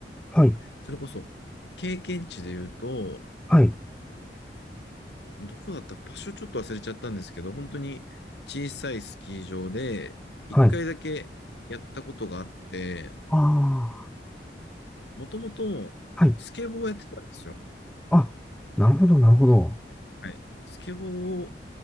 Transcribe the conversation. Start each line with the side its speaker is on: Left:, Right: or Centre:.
Centre: はい、
Left: それこそ経験値で言うと、
Centre: はい、
Left: どこだったか場所ちょっと忘れちゃったんですけど、本当に小さいスキー場で一回だけやったことがあって、
Centre: はい。あ
Left: もともとスケボーをやってたんですよ。
Centre: あ、はい。あ、なるほど、なるほど。
Left: はい。スケボーを